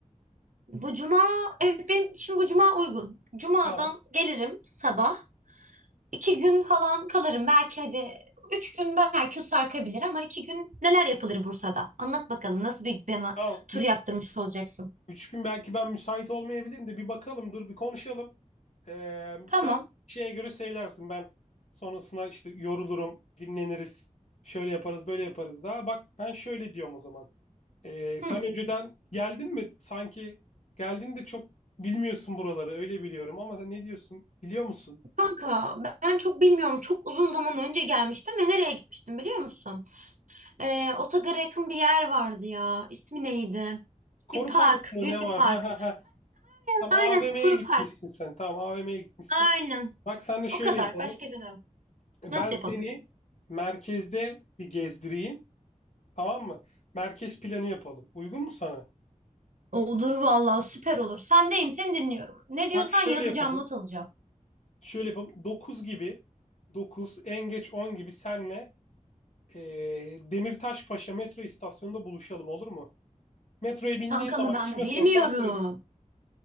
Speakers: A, on the right; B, on the left.
A: Bu cuma, evet benim şimdi bu cuma uygun. Cumadan
B: Tamam.
A: gelirim sabah. İki gün falan kalırım. Belki hadi üç gün belki sarkabilir ama iki gün neler yapılır Bursa'da? Anlat bakalım nasıl bir bana
B: Tamam.
A: tur yaptırmış olacaksın.
B: Üç gün belki ben müsait olmayabilirim de bir bakalım dur bir konuşalım. Ee,
A: Tamam.
B: sen şeye göre söylersin ben sonrasında işte yorulurum, dinleniriz, şöyle yaparız, böyle yaparız daha. Bak ben şöyle diyorum o zaman. Ee, sen
A: Hı.
B: önceden geldin mi? Sanki geldin de çok bilmiyorsun buraları öyle biliyorum ama sen ne diyorsun biliyor musun?
A: Kanka ben çok bilmiyorum. Çok uzun zaman önce gelmiştim ve nereye gitmiştim biliyor musun? Ee, Otogar'a yakın bir yer vardı ya. İsmi neydi?
B: Koru
A: Bir park.
B: Park mı
A: Büyük
B: ne
A: bir
B: var?
A: park.
B: Ha ha ha. Tamam
A: Aynen.
B: AVM'ye
A: Koru
B: gitmişsin
A: Park.
B: sen. Tamam AVM'ye gitmişsin.
A: Aynen.
B: Bak senle şöyle
A: O kadar.
B: yapalım.
A: Başka demem.
B: Ben
A: Nasıl
B: seni
A: yapalım?
B: merkezde bir gezdireyim. Tamam mı? Merkez planı yapalım. Uygun mu sana?
A: Olur vallahi süper olur. Sendeyim. Seni dinliyorum. Ne diyorsan
B: Bak şöyle
A: yazacağım,
B: yapalım.
A: not alacağım.
B: Şöyle yapalım. 9 gibi 9 en geç 10 gibi senle eee Demirtaşpaşa metro istasyonunda buluşalım olur mu? Metroya bindiğin
A: Kanka
B: zaman
A: mı ben
B: kime
A: bilmiyorum.
B: sorsan söyle.